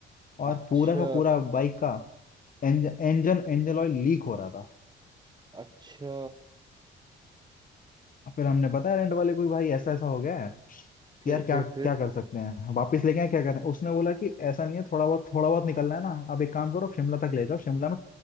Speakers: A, on the left (about 45°); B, on the right (about 20°).
A: और
B: अच्छा
A: पूरा का पूरा बाइक का एंज, इंजन इंजन ऑयल लीक हो रहा था
B: अच्छा
A: फिर हमने बताया रेंट वाले को भाई ऐसा ऐसा हो गया है
B: फिर
A: कि यार क्या
B: फिर
A: क्या
B: फिर
A: कर सकते हैं वापस लेके आए क्या करें उसने बोला कि ऐसा नहीं है थोड़ा बहुत थोड़ा बहुत निकलना है ना अब एक काम करो शिमला तक ले जाओ शिमला में